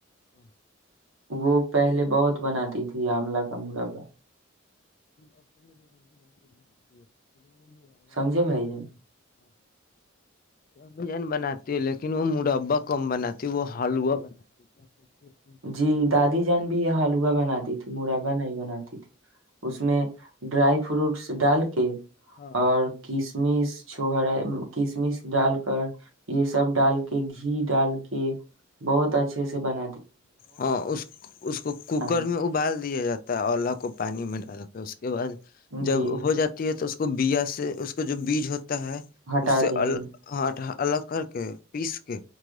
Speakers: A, on the left; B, on the right.
A: ہاں
B: وہ پہلے بہت بناتی تھی آملہ کا مربا
A: اب تو میری امب جان بھی بناتی ہے وہ مڑاا
B: سمجھے
A: کم
B: بھائی
A: بنا
B: جان
A: ہاں ب ا جان بناتی ہے لیکن وہ مربا کم بناتی ہے وہ حلوا بناتی کرتی ہے کہ
B: جی دادی
A: اور
B: جان بھی یہ حال ا بنا دی تھی مڑا نہیں بناتی تھی اس میں ڈرائیو فروٹس ڈال کے
A: ہاں
B: اور کس کشمش چوہرا کشمش ڈال کر یہ سب ڈال کے گ گھی ڈال کہ بہت اچھے سے بن
A: ہ اس اس کو کوکر
B: کھانے
A: میں ابال دیا جا ہے اولا کو پانی میں ڈال کے اس کے کے بعد جب
B: جی
A: ہو جاتی ہے تو کو بیا سے اس کا جو بیج ہوتا ہے
B: ہٹا
A: اس سے
B: دیا
A: ال
B: گیا۔
A: ہٹ الگ کر کے پیس کے